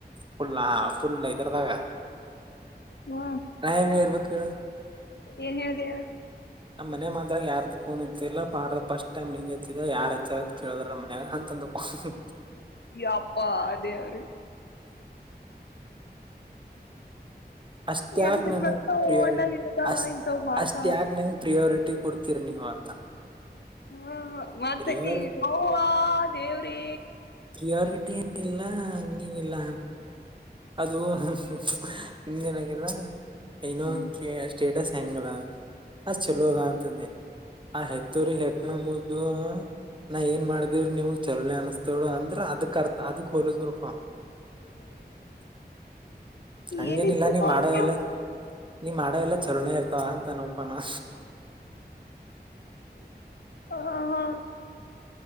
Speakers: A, on the right (about 30°); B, on the left (about 80°).
A: ಫುಲ್ಲ ಅಫುಲ್ ಇದ್ರದಾಗ
B: ಹಾ
A: ನಾ ಏನ್ ಹೇಳ್ಬೇಕ ಹೇಳ
B: ಏನ್ ಹೇಳ್ದಿ ಹೇಳು
A: ನಮ್ಮನೆ ಮಾಡ್ದಗ ಯಾರ್ದ ಫೋನ್ ಎತ್ತಿಲ್ಲ ಮಾಡ್ದೆ ಫಸ್ಟ್ ಟೈಮ್ ನಿಂಗ್ ಹತ್ತಿದ ಯಾರ್ ಹಚ್ಚತ್ ಕೇಳಿದ್ರ ನಮ್ಮ ಮನೆಯಾಗ ಅಂದ್ರು ಹುಹುಹು
B: ಯಪ್ಪ ದೇವ್ರಿ
A: ಅಷ್ಟ ಯಾಕ
B: ಎಲ್ಲಿಂದ
A: ನನ್ಗೆ
B: ಬರ್ತಾವ
A: ಪ್ರಿಯೋರಿಟಿ
B: ಅಣ್ಣ ನಿನ್ಗ
A: ಅಷ್ಟ
B: ಇಂತವ್ ಮಾತ
A: ಅಷ್ಟ ಯಾಕ ನನ್ಗೆ ಪ್ರಿಯೋರಿಟಿ ಟ್ಟಿ ಕೊಡ್ತೀರಿ ನೀವು ಅಂತ
B: ಹಾ ಹ ಮತ್ತ
A: ಪ್ರಿಯಾರಿ
B: ಕಿ ಯವ್ವಾ ದೇವ್ರೆ
A: ಪ್ರಿಯಾರಿಟಿ ಏನು ಇಲ್ಲ ಹಂಗೇನ್ ಇಲ್ಲ ಅದು ಹಿಂದೇಏನಾಗಿದೆ ಎನೋ
B: ಹ್ಮ್
A: ಒಂದ್ ಸ್ಟೇಟ್ ಹೆಂಗದನೋ ಆ ಚೆಲೋ ಅದ ಅಂತ ಅಂದಿನಿ ಆ ಹೆತ್ತೊರಿಗೆ ಹೆಗಣ ಮುದ್ದು ನಾ ಏನ್ ಮಾಡಿದಿವ್ರಿ ನಿವು ಚಲೋನಿ ಅನ್ನುಸ್ತೋಳು ಅಂದ್ರ ಅದಕ್ ಅರ್ ಅದಕ್ ಹೋಲದ್ರು ಕೊ
B: ಅನಿಂಟೆಲಿಜಬಲ್
A: ಹಂಗೇನಿಲ್ಲ
B: ಏನಿತ್ತು
A: ನೀ
B: ತೋರ್ಸ್ಕೊಳಮ್
A: ಮಾಡೋವೆ ಎಲ್ಲ ನೀ ಮಾಡ ಎಲ್ಲ ಚಲೋನೇ ಇರ್ತಾವ ಅಂತ ನೋಪಾನ
B: ಹಾ ಹಾ